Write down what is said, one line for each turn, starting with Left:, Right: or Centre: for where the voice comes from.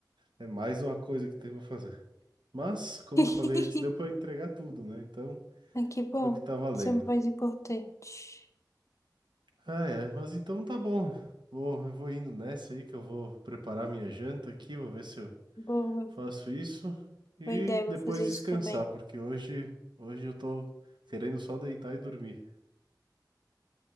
Right: é mais uma coisa que tem pra fazer. Mas, como
Left: <laughs>
Right: eu falei antes, deu pra entregar tudo, né? Então
Left: Ah, que bom.
Right: é o que tá valendo.
Left: Isso é o mais importante.
Right: Ah, é. Mas então tá bom. Vou, eu vou indo nessa aí que eu vou preparar minha janta aqui. Vou ver se eu
Left: Boa,
Right: faço isso. E
Left: boa ideia, vou
Right: depois
Left: fazer
Right: descansar,
Left: isso também.
Right: porque hoje, hoje eu tô querendo só deitar e dormir.